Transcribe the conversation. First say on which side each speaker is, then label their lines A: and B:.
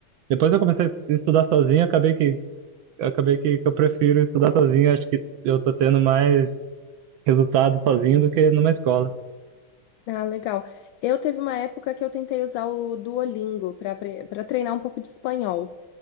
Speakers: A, on the right (about 75°); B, on the left (about 75°).
A: depois eu comecei a estudar sozinho, acabei que, acabei que, que eu prefiro estudar sozinho. Acho que eu tô tendo mais resultado sozinho do que numa escola.
B: Ah, legal. Eu teve uma época que eu tentei usar o Duolingo para para treinar um pouco de espanhol.